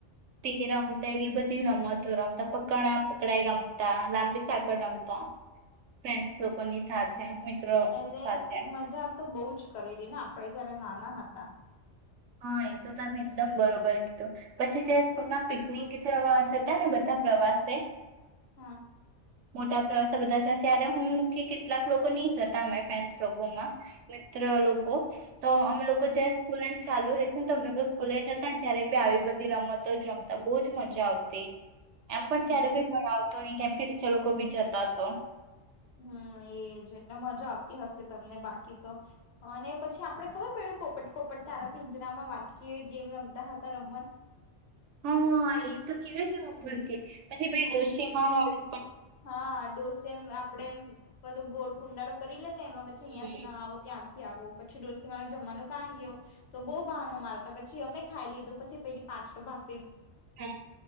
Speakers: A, on the right; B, on the left.
A: તે રમતા એવી બધી રમતો રમતા પકડા પકડાાય રમતા લાંબી સાકળ રમતા ફન્સ લોકોની સાથે મિત્રો
B: એટલે
A: સાથે
B: મજા તો બહુ જ કરેલી ને આપડે જયારે નાના હતા
A: હા એ તો તમે એકદમ બરોબર કીધું પછી જે સ્કૂલમાં પિકનિક જવા છતા ને બધા પ્રવાસે
B: હા
A: મોટા પ્રવાસે બધા છે ત્યારે હું કે કેટલાક લોકો નહી જતા અમે ફ્રેન્ડસ લોકોમાં મ લોકો તો અમે લોકો જે સ્કૂલ ચાલુ રતું ને તમને સ્કૂલે જતા ને ત્યારે બી આવી બધી રમતો જમતા બહજ મજા આવતી એમ પણ
B: હમ
A: ત્યારે કોઈ પણ આવતો નહી કેમ કે ટીચા લોકો બી જતા તો
B: હ હમ એજટલે મજા આવતી હશે તમને બાકી તો અને પછી આપડે ખબર પડ્યું પપ્પ ફપટપપટ તારા પીંજરામાં વાટકી એ ગેમ રમતા હતા રમત
A: હ હ એ તો કેવા છે ભૂલ કે પછી ભાઈ ડોશીમાં વાળો
B: હા ડોસે એમ આપડે એમ પેલું ગોળ કુંડાડો કરી લેતા એમાં પછી
A: હમ
B: અહીંથી ન આવો ત્યાં આવો પછી ડોલસી માર જમવાનું ક ગયો તો બહુ બહાનો માર તો પછી અમે ખાઈ લીધું પછી પેલી પાછલોો ભાગ
A: હ